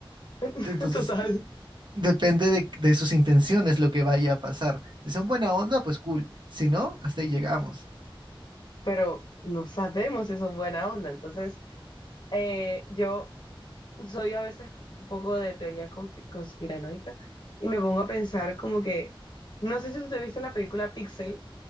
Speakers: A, on the left (about 55°); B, on the right (about 55°).
A: <laughs>
B: Entonces
A: Total.
B: depende de, de sus intenciones lo que vaya a pasar. Si son buena onda, pues cool. Si no, hasta ahí llegamos.
A: Pero no sabemos si son buena onda, entonces eh, yo soy a veces un poco de teoría conspi- conspiranoica y me pongo a pensar como que, no sé si tú te viste la película Pixel,